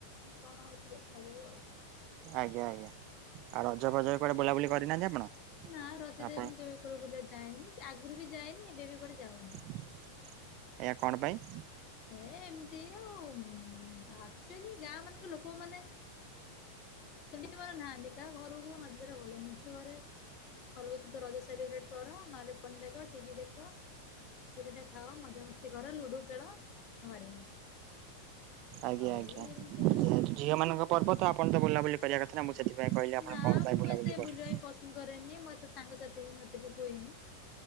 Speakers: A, on the left; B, on the right.
A: କଣ ହଉଚି ଦେଖାଯାଉ ଆଉ।
B: ଆଜ୍ଞା -ଆଜ୍ଞା ଆଉ ରଜ ଫଜରେ କୁଆଡେ ବୁଲାବୁଲି କରିନାହାନ୍ତି ଆପଣ?
A: ନା ରଜରେ
B: ଆପଣ
A: ମୁଁ କେବେ କୁଆଡେ ବୁଲିବାକୁ ଯାଏନି କି ଆଗରୁ ବି ଯାଏନି ଏବେ ବି କୁଆଡେ ଯାଉନି।
B: ଏୟା କଣ ପାଇଁ?
A: ଏ- ଏମିତି ଆଉ ଆକ୍ଚୁଆଲି ଗାଁ ମାନଙ୍କ ଲୋକ ମାନେ ସେମିତି ମୋର ନାହାନ୍ତି। କାହା ଘରକୁ <unintelligible> ଭଲ ନୁହଁ। ନିଜ ଘରେ ଘର ଲୋକ ସହିତ ରଜ ସେଲିବ୍ରେଟ କର, ନହେଲେ ଫୋନ୍ ଦେଖ, ଟିଭି ଦେଖ। ପିଠା ପିଠା ଖାଅ, ମଜାମସ୍ତି କର, ଲୁଡୁ ଖେଳ ଘରେ।
B: ଆଜ୍ଞା
A: ଆଉ
B: ଆଜ୍ଞା।
A: ଏମିତି
B: ଯେହେତୁ ଝିଅ ମାନଙ୍କ ପର୍ବ ତ ଆପଣ ତ ବୁଲାବୁଲି କରିବା କଥା ନା। ମୁଁ ସେଥିପାଇଁ କହିଲି ଆପଣ
A: ନା
B: କଣ ପାଇଁ
A: ମୁଁ
B: ବୁଲାୁବୁଲି
A: ଏତେ
B: କରୁ
A: ବୁଲିବା ବି ପସନ୍ଦ କରେନି, ମୋ ସାଙ୍ଗସାଥି ବି ମୋତେ ବି ହୁଏନି।